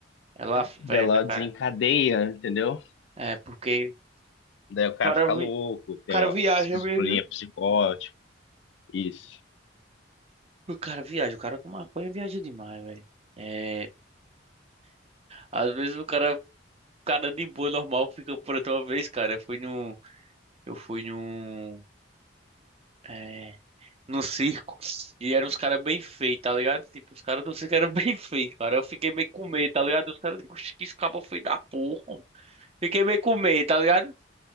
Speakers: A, on the right; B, on the left.
A: Ela afeta,
B: dela desencadeia,
A: cara.
B: entendeu?
A: É, porque
B: Daí o
A: o
B: cara
A: cara,
B: fica louco,
A: vi- o
B: tem
A: cara
B: uma
A: viaja
B: esquizofrenia
A: mesmo. viu?
B: psicótica. Isso.
A: O cara viaja. O cara com maconha viaja demais, velho. É, às vezes o cara, cara de boa, normal, fica por outra vez, cara. Eu fui num, eu fui num, é, no circo. E eram uns caras bem feios, tá ligado? Tipo, os caras do circo eram <laughs> bem feios, cara. Eu fiquei meio com medo, tá ligado? Os caras, tipo, "Oxe, que esse cabo é feio da porra. homem." Fiquei meio com medo, tá ligado?